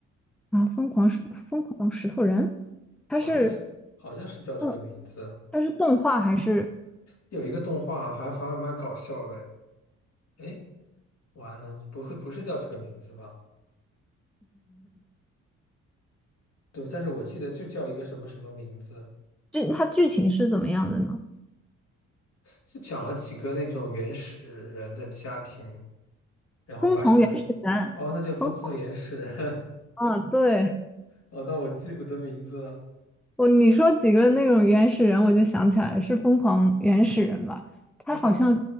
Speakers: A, in the centre; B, on the left.
A: 啊，疯狂石疯狂石头人，它是
B: 好像是好像是叫这个名字。
A: 嗯，它是动画还是
B: 有一个动画还好像蛮搞笑的，哎，完了，不会不是叫这个名字吧？对，但是我记得就叫一个什么什么名字，
A: 剧？它剧情是怎么样的呢？
B: 是讲了几个那种原始人的家庭，然后发生了，
A: 疯狂原始人，
B: 哦，那就疯狂原始人，
A: 疯啊，对，
B: <laughs> 哦，那我记不得名字了。
A: 我你说几个那种原始人，我就想起来是疯狂原始人吧？他好像
B: 那他好